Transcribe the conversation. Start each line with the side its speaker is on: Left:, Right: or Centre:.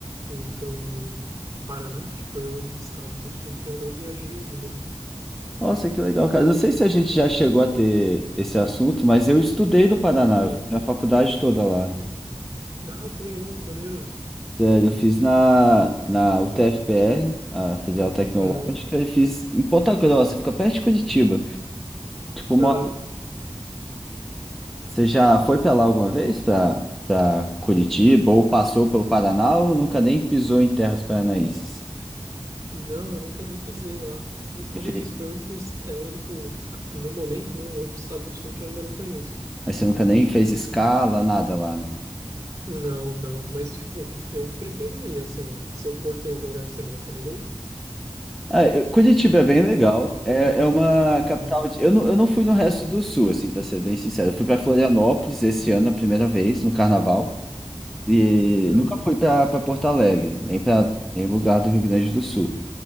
Right: ir pro Paraná, que foi o único estado do sul que eu não viajei ainda.
Centre: Nossa, que legal, cara. Não sei se a gente já chegou a ter esse assunto, mas eu estudei no Paraná.
Right: Uhum.
Centre: Eu fiz minha faculdade toda lá. né?
Right: Ah, que legal, que maneiro.
Centre: Sério, eu fiz na, na UTFPR, a Federal Tecnológica,
Right: Uhum.
Centre: e fiz em Ponta Grossa, fica perto de Curitiba. Tipo, uma
Right: aham.
Centre: Você já foi para lá alguma vez? Para para Curitiba ou passou pelo Paraná ou nunca nem pisou em terras paranaenses?
Right: Não, eu nunca nem pisei lá. Eu- Como
Centre: Enfim,
Right: eu disse, foi o único, es- é o único, ah, no momento, né, o único estado do sul que eu ainda não conheço.
Centre: Mas você nunca nem fez escala, nada lá, né?
Right: Não, não, mas, tipo, eu pretendo ir, assim, se eu for, tem algum lugar que você me recomenda aí?
Centre: Ah, eu- Curitiba é bem legal. É, é uma
Right: Uhum,
Centre: capital. de- Eu não, eu não fui no resto do sul, assim, para ser bem sincero. Eu fui para Florianópolis esse ano a primeira vez, no carnaval. E
Right: uhum,
Centre: nunca fui para Porto Alegre, nem para nem lugar do Rio Grande do Sul.